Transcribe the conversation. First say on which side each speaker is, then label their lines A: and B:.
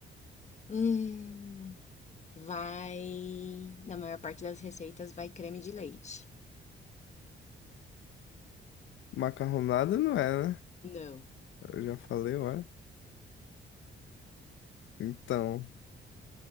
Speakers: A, on the left; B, on the left.
A: Hum, vai. Na maior parte das receitas vai creme de leite.
B: Macarronada não é, né?
A: Não.
B: Eu já falei, olha. Então,